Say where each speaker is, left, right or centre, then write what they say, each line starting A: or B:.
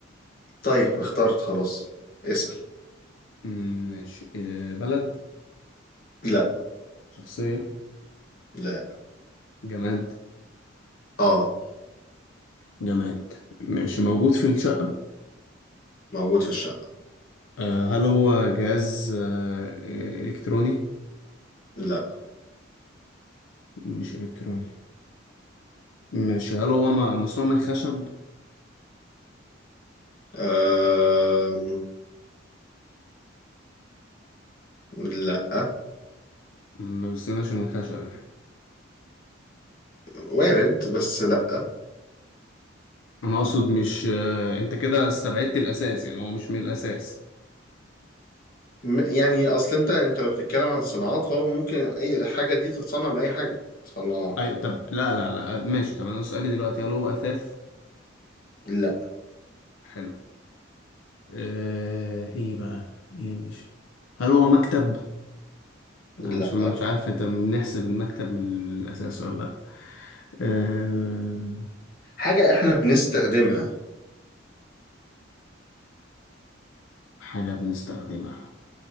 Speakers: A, on the left; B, on the left.
A: طيب اخترت خلاص اسأل
B: أمم، ماشي آه، بلد
A: لا
B: شخصيه
A: لا
B: جماد
A: اه
B: جماد ماشي موجود في الشقه
A: موجود في الشقة
B: آه، هل هو جهاز آه، آه، الكتروني
A: لا
B: مش الكتروني ماشي هل هو م- مصنوع من خشب
A: آه... لا
B: ما بستناش من خشب يعني
A: وارد بس لا
B: انا اقصد مش آه، انت كده استبعدت الاساس يعني هو مش من الاساس
A: م- يعني اصل انت انت لو بتتكلم عن صناعات فهو ممكن اي حاجة دي تتصنع من اي حاجة صناعة
B: اي طب لا لا لا ماشي طب انا سؤالي دلوقتي هل هو اثاث
A: لا
B: حلو آه ايه بقى ايه مش هل هو مكتب
A: لا
B: انا مش مش عارف انت بنحسب المكتب من الاساس ولا لا آه
A: حاجة احنا بنستخدمها
B: حاجه بنستخدمها